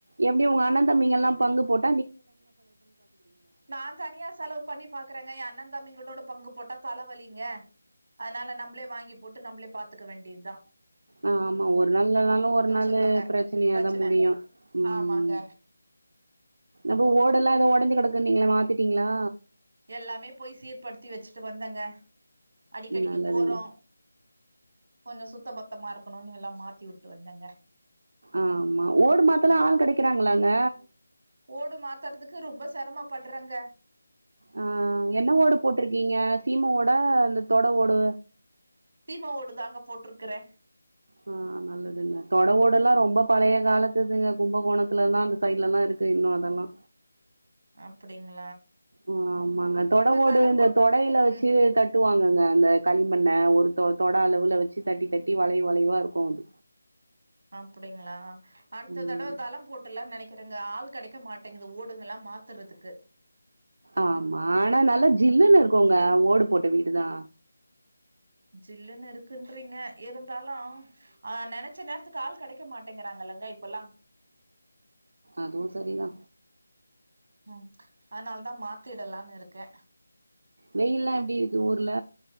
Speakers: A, on the right (about 50°); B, on the right (about 35°).
A: எப்டி உங்க அண்ண தம்பீங்கெல்லா பங்கு போட்
B: நான் தனியா செலவு பண்ணி பாக்குறேங்க என் அண்ணன் தம்பிங்கிட்டோடு பங்கு போட்டா தலவலிங்க அதுனால நம்ளே வாங்கி போட்டு நம்ளே பாத்துக்க வேண்டிதா
A: ஆ ஆமா ஒரு நாள் இல்லனாலு ஒரு நாளு
B: சொல்வாங்க
A: பிரச்சினியாதா
B: பிரச்சன
A: முடியு ம்
B: ஆமாங்க
A: அப்ப ஓடெல்லா எதோ ஒடஞ்சு கெடக்குனீங்ள மாத்திட்டீங்ளா
B: எல்லாமே போய் சீர்படுத்தி வச்சுட்டு வந்தங்க அடிக்கடிக்கு
A: நல்லதுங்க
B: போறோ கொஞ்சோ சுத்த பத்தமா இருக்கணுனு எல்லா மாத்தி உட்டு வந்தங்க
A: ஆமா ஓடு மாத்தலா ஆள் கெடைக்கிறாங்குளாங்க
B: ஓடு மாத்தறதுக்கு ரொம்ப செரம பட்றங்க
A: ஆ என்ன ஓடு போட்ருக்கீங்க சீம ஓடா இந்த தொட ஓடு
B: சீம ஓடு தாங்க போட்ருக்கிறே
A: ஆ நல்லதுங்க தொட ஓடெல்லா ரொம்ப பழைய காலத்திதுங்க கும்பகோணத்துலதா அந்த சைடுலல்லா இருக் கு இன்னு அதலா
B: அப்புடிங்கு
A: ம் ஆமாங்க தொடவோடு
B: தளம்
A: இந்த
B: போட்
A: தொடைல வச்சு
B: ம்
A: தட்டுவாங்கங்க அந்த களிமண்ண ஒரு தொ தொடா அளவுல வச்சு தட்டி தட்டி வளைவ் வளைவா இருக்கு அது
B: அப்புடிங்ளா அடுத்த
A: ம்
B: தடவ தளம் போட்டுலா நெனைக் திருங்க ஆள் கெடைக்க மாட்டேங்குது ஓடுங்குலா மாத்துறதுக்கு
A: ஆமா ஆனா நல்லா ஜில்லுன்னு இருக்குங்க ஓடு போட்ட வீடுதா
B: ஜில்லுன்னு இருக்குன்றீங்க இருந்தாலு அ நெனச்ச நேரத்துக்கு ஆள் கெடைக்க மாட்டேங்குறாங்க இல்லங்க இப்பல்லா
A: அதுவு சரிதா
B: ம் அதுனால தா மாத்திடலான் இருக்கே
A: வெயில்லா எப்டி இருக்கு ஊர்ல